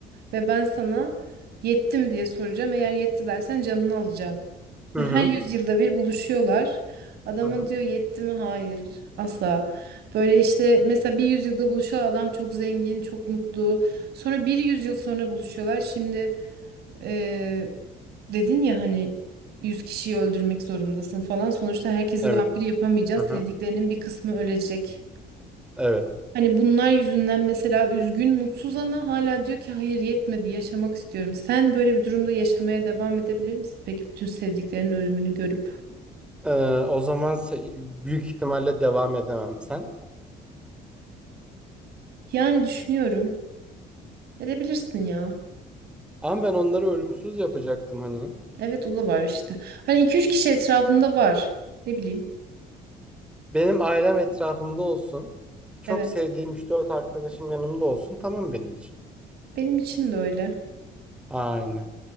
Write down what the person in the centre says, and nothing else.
Hı
hı.
Hı hı.
Evet.
Hı hı.
Evet.
Ee, o zaman se- büyük ihtimalle devam edemem sen.
Ama ben onları ölümsüz yapacaktım hani.
Benim ailem etrafımda olsun. Çok
sevdiğim üç dört arkadaşım yanımda olsun. Tamam benim için.
Aynen.